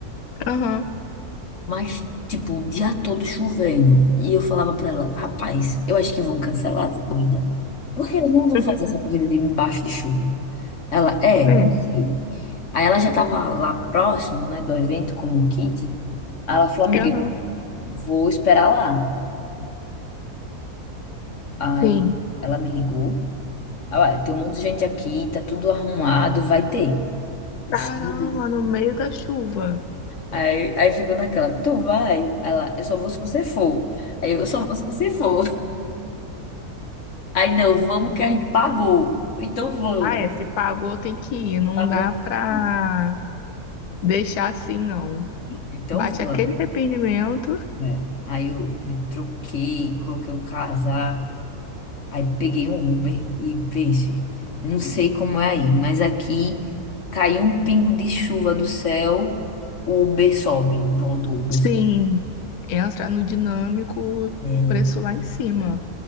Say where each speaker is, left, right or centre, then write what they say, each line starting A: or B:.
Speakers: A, on the left; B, on the left.
A: Aham.
B: Mas, tipo, o dia todo chovendo. E eu falava pra ela, rapaz, eu acho que vão cancelar essa corrida. Porque eles não vão
A: <laughs>
B: fazer essa corrida de embaixo de chuva. Ela, é,
A: É.
B: não sei. Aí ela já tava lá próximo, né, do evento com o meu kit. Aí ela falou, amiga,
A: Aham.
B: vou esperar lá. Aí
A: Sim.
B: ela me ligou. Ah, ué, tem um monte de gente aqui, tá tudo arrumado, vai ter. Eu
A: Caramba,
B: disse, "Meu Deus."
A: no meio da chuva.
B: Aí, aí ficou naquela, tu vai? Ela, eu só vou se você for. Aí eu, eu só vou se você for. Aí, não, vamos que a gente pagou. Então vamos.
A: Ah, é, se pagou tem que ir, não
B: Pagou
A: dá
B: aqui.
A: pra deixar assim, não.
B: Então
A: Bate
B: vamos,
A: aquele arrependimento,
B: né? Aí eu me troquei, coloquei um casaco, aí peguei um Uber e pense, eu não sei como é aí, mas aqui caiu um pingo de chuva do céu, o Uber sobe, o voo do Uber
A: sim,
B: sobe.
A: entra no dinâmico,
B: É,
A: o preço lá em cima.